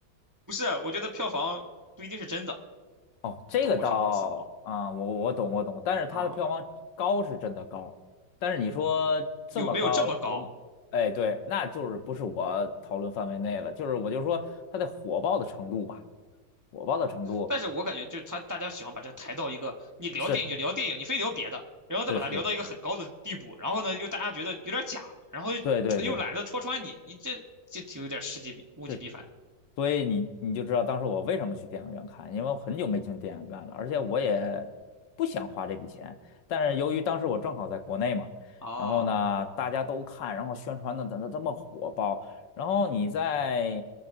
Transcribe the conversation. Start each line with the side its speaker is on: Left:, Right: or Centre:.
Right: 不是，我觉得票房不一定是真的，
Left: 哦，这个倒啊、
Right: 你懂我什么意思吗？
Left: 我我懂我懂，但是它的票房高是真的高，
Right: 啊，
Left: 但是你说这么高有，
Right: 有没有这么高？
Left: 哎对，那就是不是我讨论范围内了，就是我就说它的火爆的程度吧，火爆的程度
Right: 但是我感觉就是他大家喜欢把这个抬到一个，你聊电影就聊电影，
Left: 是
Right: 你非聊别的，然后再把它聊到一个很高的地步，
Left: 是是，
Right: 然后呢又大家觉得有点假，然后又又懒得戳穿你，
Left: 对对对，
Right: 你这这挺有点事极必物极必反
Left: 是所以你你就知道当时我为什么去电影院看，因为我很久没进电影院了，而且我也不想花这笔钱。但是由于当时我正好在国内嘛，
Right: 哦，
Left: 然后呢大家都看，然后宣传的怎么这么火爆，然后你在